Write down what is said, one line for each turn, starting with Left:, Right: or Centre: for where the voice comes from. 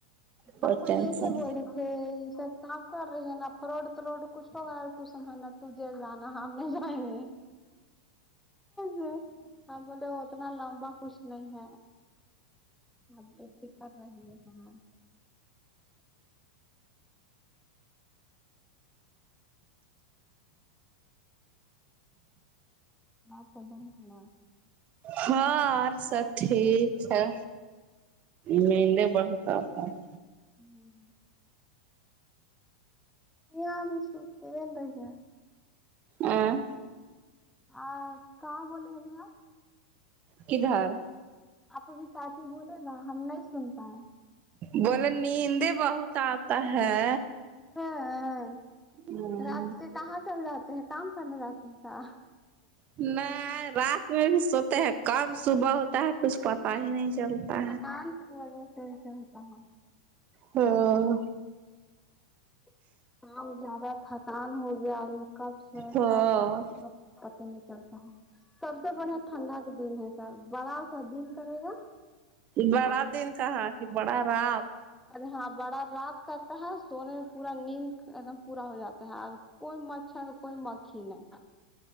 Right: کوئی
Centre: آپ تو
Right: ٹینشن
Centre: ایسے بولے یہ سب کام کر رہی ہیں نا فروڈ تروڈ کچھ ہوگا تو سا محنت چل جانا ہم نہیں جائیں گے ہاں بولے اتنا لمبا کچھ نہیں ہے آب دیکھی کر رہی ہے فون ما سابامن ہونا
Right: ہاں اور سب ٹھیک ہے مہندی بڑو ساتھ ساتھ
Centre: ہوں یہیا بھی سرکھے رہی ہے
Right: ا
Centre: آ کہاں بولے ابھی آپ
Right: کدھر
Centre: آپ ابھی ساتھی بولے نا ہم نہیں سن پائے
Right: بولے نیندیں بہت آتا ہے
Centre: ہاں
Right: ہاں
Centre: رات کہاں چل جاتے ہیں کام کرنے جاتے ہیں کیا
Right: نہیں رات میں بھی سوتے ہیں کب صبح ہوتا ہے کچھ پتہ ہی نہیں چلتا ہے
Centre: تھکان سے ہوجاتا ہے ایسے ہوتا ہے
Right: ہاں
Centre: <unintelligible> کام زیادہ تھکان ہو گیا ہے کب سوے
Right: ہاں
Centre: کب جاگے پتہ نہیں چلتا ہے سب سے بڑھیا ٹھنڈا دن ہے سر بڑا سا دن کرے گا
Right: بڑا
Centre: اور
Right: دن کہا کی بڑا رات
Centre: ارے ہاں بڑا رات کرتا ہے سونے میں پورا نیند ایک دم پورا ہو جاتا ہے اور کوئی مچھر کوئی مکھی نہیں